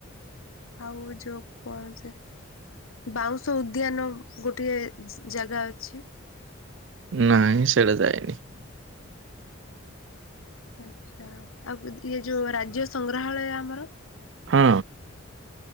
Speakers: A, on the left; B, on the right.
A: ଆଉ ଯୋଉ କଣ ସେ ବାଉଁଶ ଉଦ୍ୟାନ ଗୋଟେ ଜାଗା ଅଛି।
B: ନାଇଁ ସେଟା ଯାଇନି।
A: ଆଛା ଆଉ ଇଏ ଯୋଉ ରାଜ୍ୟ ସଂଗ୍ରହାଳୟ ଆମର
B: ହଁ।